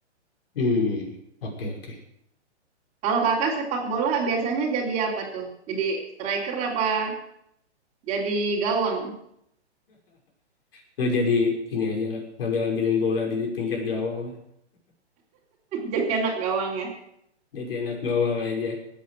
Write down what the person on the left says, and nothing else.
Hmm, oke oke.
Nggak jadi ini aja ngambil-ngambilin bola di pinggir gawang lah.
Jadi anak gawang aja.